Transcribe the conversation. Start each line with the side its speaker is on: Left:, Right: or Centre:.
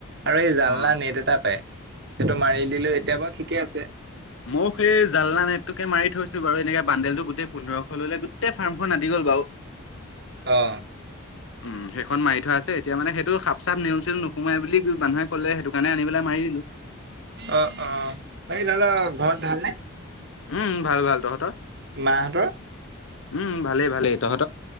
Right: আৰু এই জালনা
Left: অ', অ',
Right: নেট এটা পায়, সেইটো মাৰি দিলে এতিয়া বাৰু ঠিকে আছে।
Left: মইয়ো সেই জালনা নেটটোকে মাৰি থৈছো বাৰু, এনেকে বান্দোলটো গোটেই পোন্ধৰশ ললে গোটেই ফাৰ্মখন আদি গ'ল বাৰু।
Right: অ
Left: উম, হেই খন মাৰি থোৱা আছে। হেইটো মানে সাপ চাপ নেউল ছেউল নোসোমাই বুলি মানুহে ক'লে, সেইটো কাৰণে আনি পেলাই মাৰি দিলো।
Right: অ অ এই তহঁতৰ ঘৰত ভাল নে <inaudible>
Left: উম ভাল ভাল তহঁতৰ?
Right: মা হঁতৰ?
Left: উম ভালেই ভালেই তহঁ